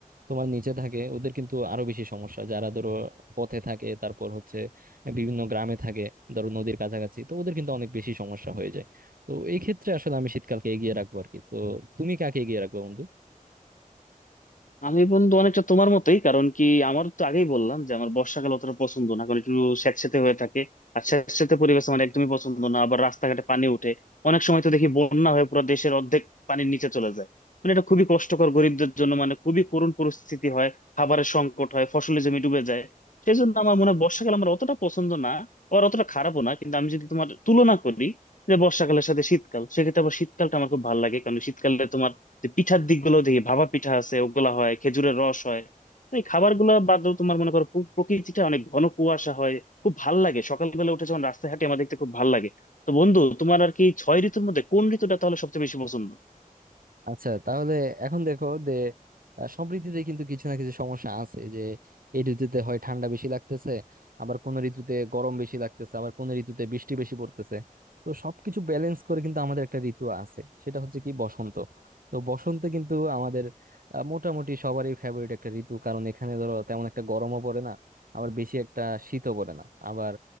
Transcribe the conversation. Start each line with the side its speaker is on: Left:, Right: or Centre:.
Right: তোমার নিচে থাকে ওদের কিন্তু আরো বেশি সমস্যা যারা ধরো পথে থাকে তারপর হচ্ছে বিভিন্ন গ্রামে থাকে ধরো নদীর কাছাকাছি তো ওদের কিন্তু অনেক বেশি সমস্যা হয়ে যায় তো এই ক্ষেত্রে আসলে আমি শীতকালকে এগিয়ে রাখবো আর কি তো তুমি কাকে এগিয়ে রাখবে বন্ধু
Left: আমি বন্ধু অনেকটা তোমার মতোই কারণ কি আমার তো আগেই বললাম যে আমার বর্ষাকাল অতটা পছন্দ না কারণ একটু স্যাঁতসেঁতে হয়ে থাকে আর স্যাঁতসেঁতে পরিবেশ আমার একদমই পছন্দ না আবার রাস্তাঘাটে পানি উঠে অনেক সময় তো দেখি বন্যা হয়ে পুরো দেশের অর্ধেক পানির নিচে চলে যায় মানে এটা খুবই কষ্টকর গরিবদের জন্য মানে খুবই করুণ পরিস্থিতি হয় খাবারের সংকট হয় ফসলের জমি ডুবে যায় সেই জন্য আমার মনে হয় বর্ষাকাল আমার অতটা পছন্দ না আর অতটা খারাপও না কিন্তু আমি যদি তোমার তুলনা করি যে বর্ষাকালের সাথে শীতকাল সেক্ষেত্রে আবার শীতকালটা আমার খুব ভালো লাগে কারণ শীতকালে তোমার যে পিঠার দিকগুলো দেখি ভাপা পিঠা আছে ওগুলা হয় খেজুরের রস হয় এই খাবার গুলা বাদেও তোমার মনে করো পু- প্রকৃতিটা অনেক ঘন কুয়াশা হয় খুব ভাল লাগে সকালবেলা উঠে যখন রাস্তায় হাঁটি আমার দেখতে খুব ভাল লাগে তো বন্ধু তোমার আর কি ছয় ঋতুর মধ্যে কোন ঋতুটা তাহলে সবচেয়ে বেশি পছন্দ
Right: আচ্ছা তাহলে এখন দেখো যে আহ, সব ঋতুতে কিন্তু কিছু না কিছু সমস্যা আছে যে এই ঋতুতে হয় ঠান্ডা বেশি লাগতেছে আবার কোন ঋতুতে গরম বেশি লাগতেছে আবার কোন ঋতুতে বৃষ্টি বেশি পড়তেছে তো সবকিছু ব্যালেন্স করে কিন্তু আমাদের একটা ঋতু আছে সেটা হচ্ছে কি বসন্ত তো বসন্তে কিন্তু আমাদের আহ, মোটামুটি সবারই ফেভারিট একটা ঋতু কারণ এখানে ধরো তেমন একটা গরমও পড়ে না আবার বেশি একটা শীতও পড়ে না আবার